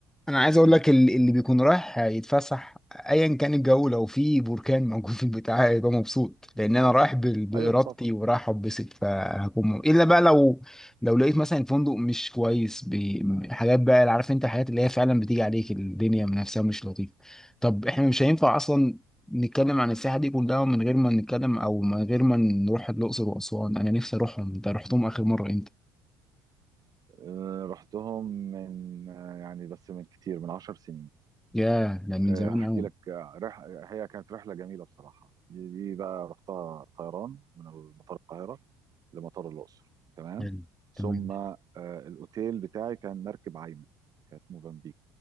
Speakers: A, in the centre; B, on the right (about 45°).
A: انا عايز
B: مهم.
A: اقول لك ال- اللي بيكون رايح يتفسح ايا كان الجو لو في بركان موجود في البتاع هيبقى مبسوط لان انا رايح بال- بارادتي
B: ايوه طب
A: ورايح اتبسط فهكون م- الا بقى لو لو لقيت مثلا الفندق مش كويس بحاجات بقى اللي عارف انت الحاجات اللي هي فعلا بتيجي عليك الدنيا من نفسها مش لطيفه طب احنا مش هينفع اصلا نتكلم عن السياحه دي كلها من غير ما نتكلم او من غير ما نروح الاقصر واسوان انا نفسي اروحهم انت رحتهم اخر مره امتى
B: آه، رحتهم من آه، يعني بس من كتير من عشر سنين
A: ياه ده من
B: آه،
A: زمان
B: هحكي
A: قوي
B: لك آه، رح... هي كانت رحله جميله بصراحه دي دي بقى رحتها طيران من مطار القاهره لمطار الاقصر تمام
A: حلو،
B: ثم
A: تمام
B: آه، الاوتيل بتاعي كان مركب عايمه كانت موزمبيق